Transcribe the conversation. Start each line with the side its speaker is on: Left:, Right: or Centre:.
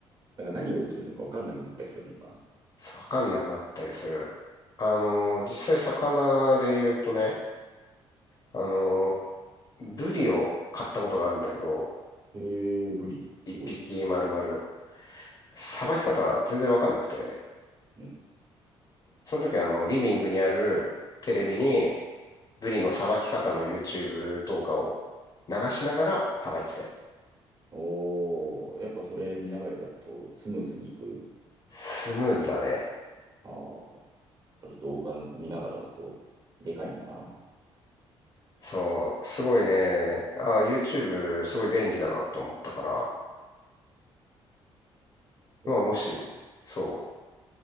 Right: なんか何が起きてるのかわかんなくなったりするもんな。
Left: そうわかんなくなったりする。あの、実際魚で言うとね、あの、ブリを買ったことがあるんだけど、
Right: へえ、ブリ。すごい。
Left: 一匹丸々、さばき方全然わかんなくて、
Right: うん。
Left: その時はあの、リビングにあるテレビにブリのさばき方の YouTube 動画を流しながらさばいてて。
Right: おー、やっぱそれ見ながらだとスムーズにいく。
Left: スムーズだね。
Right: ああ、やっぱり動画見ながらだとでかいんだな。
Left: そう、すごいね。あ、YouTube すごい便利だなって思ったから、
Right: そうだな。
Left: まあもし、そう